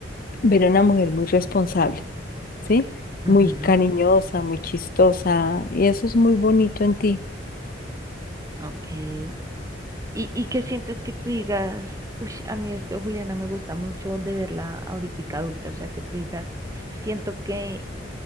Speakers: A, on the left (about 50°); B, on the right (about 20°).
A: pero una mujer muy responsable, ¿sí? Muy
B: Ujú,
A: cariñosa, muy chistosa, y eso es muy bonito en ti,
B: ok. ¿Y, y qué sientes que tú digas, uy, a mí esto, Juliana, me gusta mucho de verla ahorita adulta? O sea, que tú digas, siento que